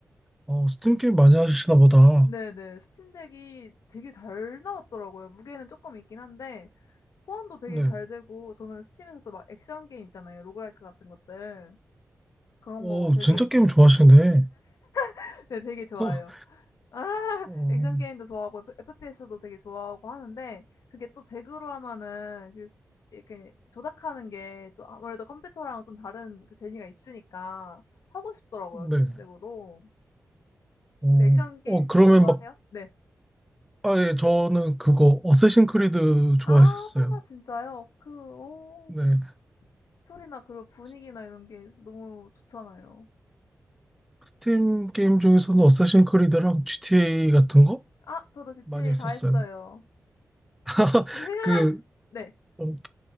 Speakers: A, in the centre; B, on the left.
A: 어, 스팀 게임 많이 하시나 보다.
B: 네네. 스팀덱이 되게 잘 나왔더라고요. 무게는 조금 있긴 한데 호환도 되게
A: 네.
B: 잘 되고 저는 스팀에서도 막 액션 게임 있잖아요. 로그라이크 같은 것들. 그런
A: 오,
B: 거 되게
A: 진짜 게임 좋아하시네.
B: <laughs> 네 되게 좋아해요.
A: 어,
B: 아 <laughs>
A: 어,
B: 액션 게임도 좋아하고 F p s 도 되게 좋아하고 하는데 그게 또 덱으로 하면은 그 이렇게 조작하는 게 또 아무래도 컴퓨터랑 좀 다른 그 재미가 있으니까 하고 싶더라고요,
A: 네.
B: 스팀 덱으로.
A: 어,
B: 그 액션 게임
A: 어, 그러면
B: 쪽도 좋아하세요?
A: 막
B: 네.
A: 아, 예, 저는 그거 어쌔신 크리드 좋아했었어요.
B: 아 진짜요? 그 어
A: 네.
B: 스토리나 그런 분위기나
A: 스-
B: 이런 게 너무 좋잖아요.
A: 스팀 게임 중에서는 어쌔신 크리드랑 GTA 같은 거
B: 아 저도 GTA
A: 많이 했었어요.
B: 다 했어요.
A: <laughs>
B: <laughs>
A: 그
B: 네.
A: 음,